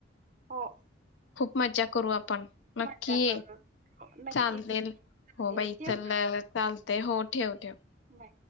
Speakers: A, on the right; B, on the left.
A: <unintelligible>
B: मजा करू आप. पण नक्की
A: मजा
B: ये
A: करू हो, नक्कीच
B: चालतंय
A: येईन
B: हो
A: चालेल
B: बाई
A: ठेवू
B: चल चाल. ते हो ठेव ठेव.
A: बाय